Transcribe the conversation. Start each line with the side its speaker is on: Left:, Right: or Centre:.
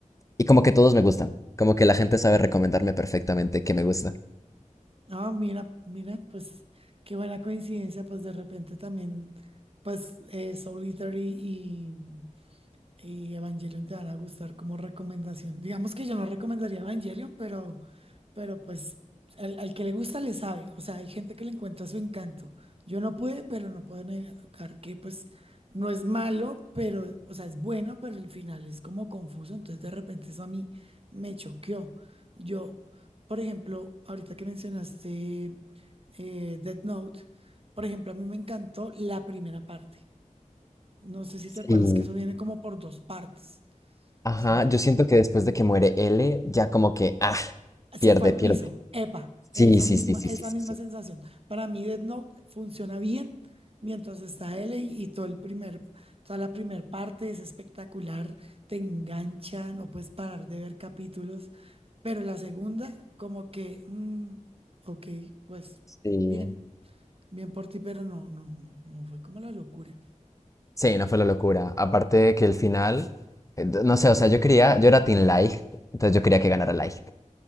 Left: y como que todos me gustan, como que la gente sabe recomendarme perfectamente que me gusta.
Right: Ah, mira, mira, pues qué buena coincidencia, pues de repente también, pues eh, Soul Eater y, y Evangelion te van a gustar como recomendación. Digamos que yo no recomendaría Evangelion, pero, pero pues al, al que le gusta le sabe. O sea, hay gente que le encuentra su encanto. Yo no pude, pero no puedo negar que pues no es malo, pero, o sea, es bueno, pero el final es como confuso. Entonces de repente eso a mí me choqueó. Yo, por ejemplo, ahorita que mencionaste eh, Death Note, por ejemplo, a mí me encantó la primera parte. No sé si
Left: sí
Right: te acuerdas que eso viene como por dos partes,
Left: ajá,
Right: ¿sí?
Left: yo siento que después de que muere L, ya como que, ah,
Right: Se
Left: pierde,
Right: fue al
Left: pierde.
Right: piso, epa, eso
Left: Sí, sí,
Right: misma,
Left: sí, sí,
Right: esa
Left: sí, sí,
Right: misma
Left: sí.
Right: sensación. Para mí Death Note funciona bien mientras está L y, y todo el primer, toda la primera parte es espectacular, te engancha, no puedes parar de ver capítulos, pero la segunda como que, mm, ok, pues
Left: Sí,
Right: bien, bien por ti, pero no, no, no, no fue como la locura.
Left: sí, no fue la locura. Aparte de que el final, eh, d- no sé, o sea, yo quería, yo era Team Light, entonces yo quería que ganara Light.